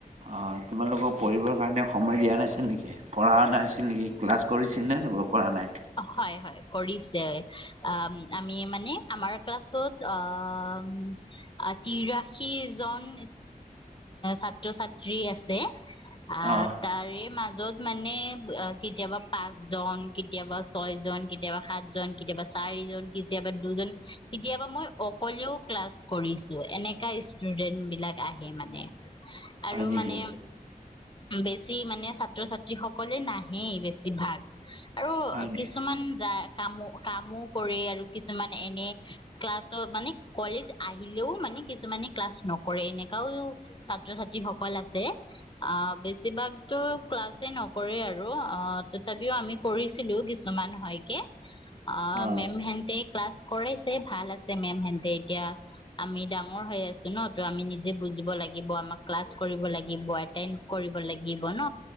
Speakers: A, on the right; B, on the left.
A: অঁ তোমালোকক পঢ়িবৰ কাৰণে সময় দিয়া নাছিল নেকি পঢ়া নাছিল নেকি ক্লাছ কৰিছিল নে, ন কৰা নাই?
B: হয় হয় কৰিছে আ আমি মানে আমাৰ ক্লাছত অ তিৰাশী জন ছাত্ৰ ছাত্ৰী আছে। আ
A: অ',
B: তাৰে মাজ য'ত মানে অ কেতিয়াবা পাঁচ জন কেতিয়াবা ছয় জন কেতিয়াবা সাত জন কেতিয়াবা চাৰি জন কেতিয়াবা দুজন কেতিয়াবা মই অকলেও ক্লাছ কৰিছো এনেকা ষ্টুডেন্ট বিলাক আহে মানে। আৰু
A: হয় নেকি?
B: মানে বেছি মানে ছাত্ৰ ছাত্ৰী সকলে নাহেই বেছি ভাগ। আৰু
A: হয় নেকি?
B: কিছুমান জা কামো কামো কৰে আৰু কিছুমান এনে ক্লাছৰ মানে কলেজ আহিলেও মানে কিছুমানে ক্লাছ নকৰে এনেকাও ছাত্ৰ ছাত্ৰী সকল আছে আহ বেছিভাগতো ক্লাছে নকৰে আৰু অ তথাপিও আমি কৰিছিলো কি কিছুমান হয় কে আ
A: অ',
B: মেম হেনতে ক্লাছ কৰাইছে ভাল আছে মেম হেনতে এতিয়া আমি ডাঙৰ হৈ আছো ন ত' আমি নিজে বুজিব লাগিব আমাক ক্লাছ কৰিব লাগিব এটড কৰিব লাগিব ন